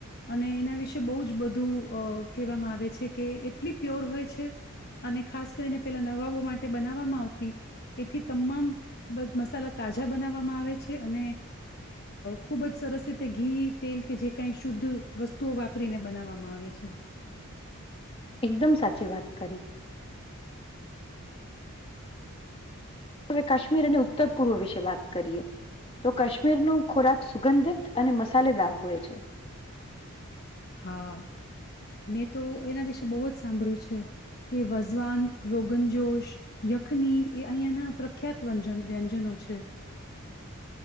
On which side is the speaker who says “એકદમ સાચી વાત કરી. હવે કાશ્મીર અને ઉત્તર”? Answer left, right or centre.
Left